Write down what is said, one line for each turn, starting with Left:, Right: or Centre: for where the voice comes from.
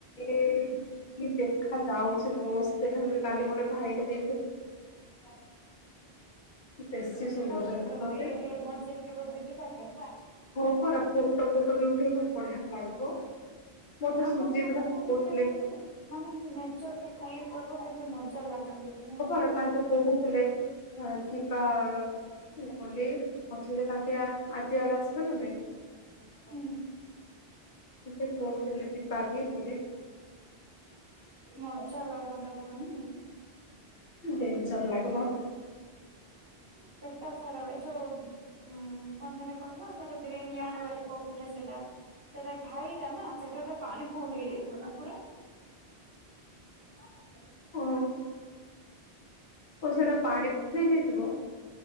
Left: ଏ ଦେଖା ଯାଉଚି ମସ୍ତ ଦେଖାଯାଉଚି କାଲି ଗୋଟେ ଭାଇଟା ଦେଇ
Right: ଆଛା।
Left: ବେଶୀ
Right: ଯିବାକି
Left: ସୁନ୍ଦର ଦେଖା
Right: କେବେ ଗୋଟେ
Left: ଯାଉଛି।
Right: ଏ ଏ ମଝିରେ କେବେ ଗୋଟେ ଯିବାକି?
Left: ଫୋଟ ଫୁଟ ବି ଉଠେଇବୁ ବଢିଆ ଲାଗିବ। ମତେ
Right: ଆମର
Left: ସୁଜିତ
Right: ଫଟୋ
Left: ଭାଇ
Right: ନଉଠେଇଲେ
Left: କହୁଥିଲେ
Right: ନାଇଁ ଯେମାନେ ଏତି ନେଚର ଫିଲ୍ କର କେମିତି ମ ଚାଲ ଲାଗିବ ଯିଦି
Left: ଘର ତାଙ୍କେ କହୁଥିଲେ ଯିବା ନହେଲେ ମଝିରେ ତାଙ୍କ ଆଜି ଆଡେ ଆସିବ ନା ନାଇଁ?
Right: ହୁଁ।
Left: ଟିକେ ପହଞ୍ଚିଲେ ସେପାରେ ବୋଲି
Right: ମଜା ଲାଗନ୍ତା ପୁରା ନୁହୁଁ।
Left: ବେନ୍ ଜର ଲାଗିବ।
Right: ସେଟା ଛାଡ ଏ ଯୋଉ ହୁଁ କଣ ସେଟା କହିଲ ସେଟ ଗ୍ରୀନଲଣ୍ଡ ବୋଲି କହୁଥିଲେ ସେଇଟା। ସେଇଟା ଘାଇଟା ନା ସେଇଟା ରେ ପାଣି ଫୁଲ ହେଇ ଯାଇଥିବ ନା ପୁରା? ହ।
Left: ଓ ଓ ସେଟା ପାଣି ଫୁଲ ହେଇ ଯାଇଥିବ।